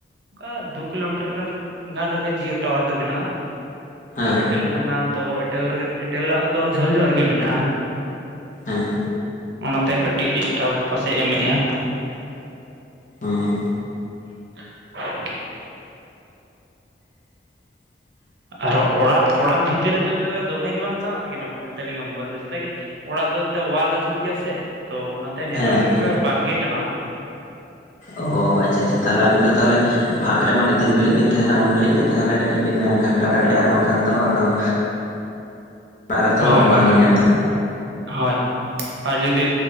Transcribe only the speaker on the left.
ᱦᱮᱸ
ᱦᱮᱸ ᱾
ᱦᱮᱸ ᱾
<unintelligible>
ᱦᱮᱸ ᱦᱮᱸ
ᱚ ᱟᱪᱷᱟ ᱟᱪᱷᱟ ᱛᱟᱦᱚᱞᱮ ᱟᱵᱤᱱ ᱫᱚ ᱛᱟᱦᱚᱞᱮ ᱯᱷᱟᱸᱠ ᱨᱮ ᱢᱟᱱᱮ ᱛᱤᱱ ᱜᱷᱟᱹᱲᱤᱡ ᱵᱤᱱ ᱛᱟᱦᱮᱱᱟ ᱩᱱ ᱜᱷᱟᱹᱲᱤᱡ ᱜᱮ ᱛᱟᱦᱚᱞᱮ ᱠᱟᱹᱴᱤᱡ ᱵᱮᱤᱱ ᱜᱷᱟᱱᱴᱟ ᱫᱟᱲᱮᱭᱟᱜᱼᱟ ᱟᱨ ᱵᱟᱠᱷᱟᱱ ᱫᱚ ᱟᱫᱚ ᱚ ᱚᱲᱟᱜ ᱨᱮᱛᱚ
ᱵᱟᱝ
ᱜᱮ ᱧᱟᱢ ᱛᱟᱦᱮ